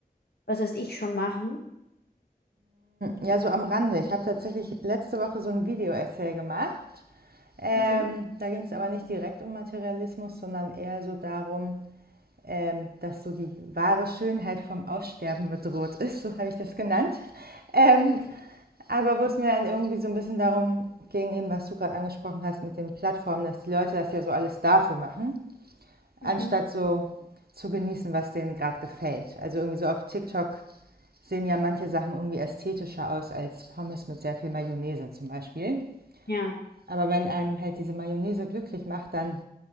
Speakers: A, on the left (about 80°); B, on the right (about 70°).
A: was weiß ich schon machen.
B: ja so am Rande, ich habe tatsächlich letzte Woche so ein Video-Essay gemacht. Ähm,
A: Okay.
B: da ging es aber nicht direkt um Materialismus, sondern eher so darum, ähm, dass so die wahre Schönheit vom Aussterben bedroht ist, so habe ich das genannt. Ähm,
A: Okay.
B: Aber wo es mir dann irgendwie so ein bisschen darum ging, eben was du gerade angesprochen hast mit den Plattformen, dass die Leute das ja so alles dafür machen, anstatt
A: Mhm.
B: so zu genießen, was denen gerade gefällt. Also irgendwie so auf TikTok sehen ja manche Sachen irgendwie ästhetischer aus als Pommes mit sehr viel Mayonnaise zum Beispiel.
A: Ja.
B: Aber wenn einem halt diese Mayonnaise glücklich macht, dann